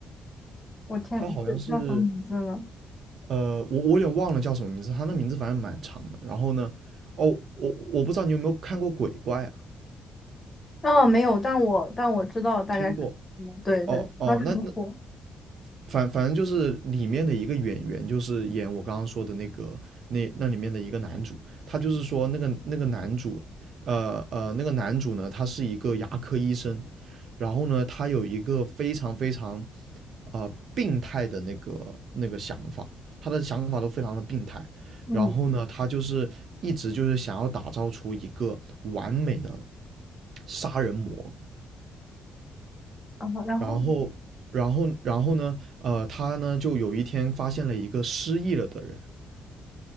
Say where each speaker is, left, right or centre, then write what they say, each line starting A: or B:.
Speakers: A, on the left; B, on the right.
A: 我天，
B: 他好像是
A: 这叫什么名字呢？
B: 呃，我我有点忘了叫什么名字，他那名字反正蛮长的。然后呢，哦，我我不知道你有没有看过《鬼怪》啊？
A: 啊，没有，但我但我知道大概是什么。
B: 听过？
A: 对对，
B: 哦哦，
A: 他是很火。
B: 那那反反正就是里面的一个演员，就是演我刚刚说的那个那那里面的一个男主，他就是说那个那个男主，呃呃，那个男主呢，他是一个牙科医生，然后呢，他有一个非常非常啊、呃病态的那个那个想法，他的想法都非常的病态，
A: 嗯，
B: 然后呢，他就是一直就是想要打造出一个完美的杀人魔，
A: 啊，然后
B: 然后，然后，然后呢？呃，他呢就有一天发现了一个失忆了的人，